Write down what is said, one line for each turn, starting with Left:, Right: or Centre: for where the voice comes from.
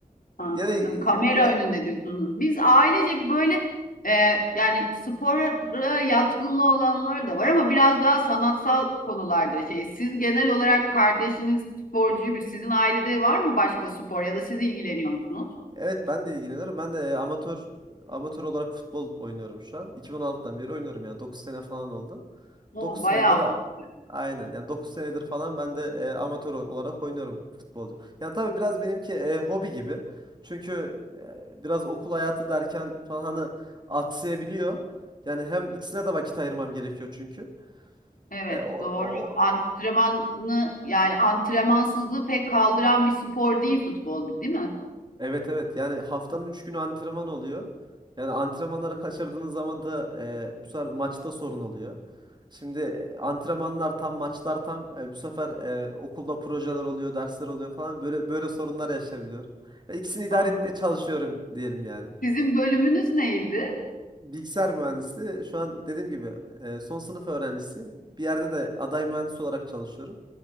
Left: Anladım.
Right: Gene ge-
Left: Kamera önünde diyorsunuz. Biz ailecek böyle e, yani spora yatkınlığı olanlar da var ama biraz daha sanatsal konularda şey. Siz genel olarak kardeşiniz sporcuymuş. Sizin ailede var mı başka spor ya da siz ilgileniyor musunuz?
Right: evet ben de ilgileniyorum. Ben de e, amatör e, amatör olarak futbol oynuyorum şu an. 2016'dan beri oynuyorum yani Dokuz sene falan oldu.
Left: O
Right: 9
Left: bayağı
Right: senedir a-
Left: uzun. süre.
Right: aynen ya 9 senedir falan ben de e, amatör o- olarak oynuyorum futbolcu. Yani tabii biraz benimki e, hobi gibi. Çünkü e, biraz okul hayatı derken falan hani aksayabiliyor. Yani hem ikisine de vakit ayırmam gerekiyor çünkü.
Left: Evet
Right: E, o,
Left: doğru. Antrenmanı yani antrenmansızlığı pek kaldıran bir spor değil futbol değil mi?
Right: Evet evet yani haftanın 3 günü antrenman oluyor. Yani antrenmanları kaçırdığınız zaman da e, bu sefer maçta sorun oluyor. Şimdi e, antrenmanlar tam maçlar tam e, bu sefer e, okulda projeler oluyor, dersler oluyor falan böyle böyle sorunlar yaşayabiliyoruz. Ve İkisini idare
Left: Anladım.
Right: etmeye çalışıyorum diyelim yani.
Left: Sizin bölümünüz neydi?
Right: Bilgisayar mühendisi şu an dediğim gibi e, son sınıf öğrencisiyim. Bir yerde de aday mühendis olarak çalışıyorum.